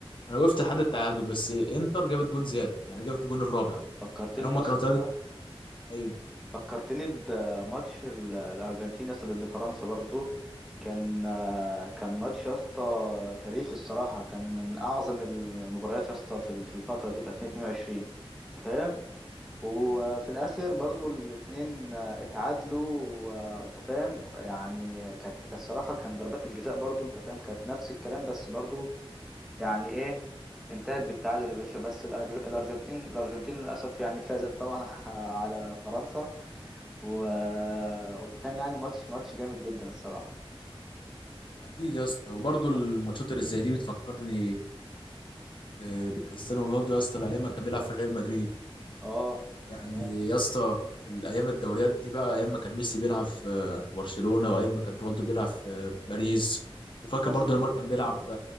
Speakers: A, on the left (about 55°); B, in the centre.
A: انا وقفت لحد التعادل بس انتر جابت جون زياده يعني جابت الجون الرابع
B: فكرتني
A: يعني هم
B: يا اسطى
A: كانوا 3 ايوه
B: فكرتني بماتش ال- الارجنتين يا اسطى ضد فرنسا برضو كان كان ماتش يا اسطى تاريخي الصراحة كان من اعظم المباريات يا اسطى في في الفترة دي في 2022 انت فاهم وفي الاخر برضو الاتنين آه، اتعادلوا آه، انت فاهم يعني كانت كانت الصراحه كان ضربات الجزاء برضو انت فاهم كانت نفس الكلام بس برضو يعني ايه انتهت بالتعادل يا باشا بس الأر- الارجنتين الارجنتين للاسف يعني فازت طبعا <laughs> على فرنسا و... وكان يعني ماتش ماتش جامد جدا الصراحه
A: اكيد يا اسطى وبرضه الماتشات اللي زي دي بتفكرني ب- بكريستيانو رونالدو يا اسطى الايام ما كان بيلعب في ريال مدريد
B: اه
A: يعني
B: تمام
A: يا اسطى في الايام الدوريات دي بقى ايام ما كان ميسي بيلعب في في برشلونه وايام ما كان رونالدو بيلعب في باريس وفاكر
B: يا
A: برضو
B: اسطى
A: نيمار كان بيلعب